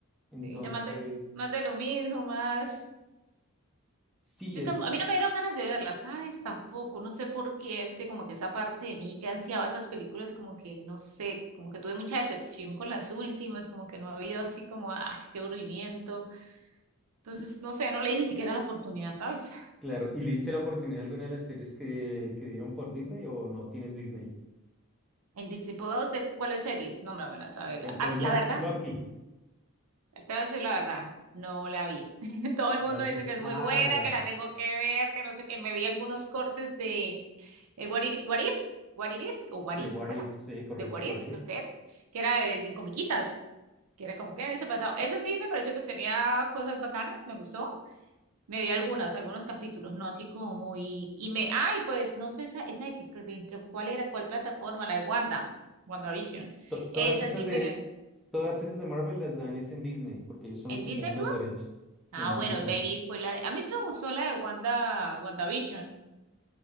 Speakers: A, in the centre; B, on the right.
A: Entonces,
B: sí, ya más de, más de lo mismo, más...
A: sí,
B: Yo
A: es
B: tam-
A: co-
B: a mí no me dieron ganas de verla, ¿sabes? Tampoco, no sé por qué, es que como que esa parte de mí que ansiaba esas películas, como que, no sé, como que tuve mucha decepción con las últimas, como que no ha habido así como, ah, qué aburrimiento. Entonces, no sé, no leí ni siquiera la oportunidad, ¿sabes?
A: claro. ¿Y le diste la oportunidad a alguna de las series que, que dieron por Disney o no tienes Disney?
B: En Disney Plus, ¿de cuáles series? Nómbramelas, a verla.
A: Por ejemplo,
B: Ah,
A: Loki,
B: la verdad,
A: Loki,
B: Te voy a decir la verdad, no la vi. <laughs> Todo el
A: ¿no
B: mundo
A: has
B: dice
A: visto?
B: que es muy
A: Ah,
B: buena,
A: ya,
B: que la tengo que ver, que no sé qué. Me vi algunos cortes de eh, What It- What If, What It If, o What
A: The
B: If,
A: What
B: ¿cómo
A: If,
B: era?
A: sí, correcto,
B: De What
A: What
B: If,
A: If.
B: creo que era, que era de, de comiquitas, que era como que había pasado. Esa sí me pareció que tenía cosas bacanas, me gustó. Me vi algunas, algunos capítulos, no así como muy... Y me, ay, pues no sé, esa, esa de, qué- de qué- cuál era, cuál plataforma, la de Wanda, WandaVision.
A: To- todas
B: Esa
A: esas
B: sí
A: de,
B: me la...
A: todas esas de Marvel las dan es en Disney, porque ellos son
B: ¿En
A: los que
B: Disney
A: tienen
B: Plus?
A: los derechos
B: Ah,
A: en
B: bueno,
A: Disney.
B: Baby fue la... A mí sí me gustó la de Wanda, WandaVision.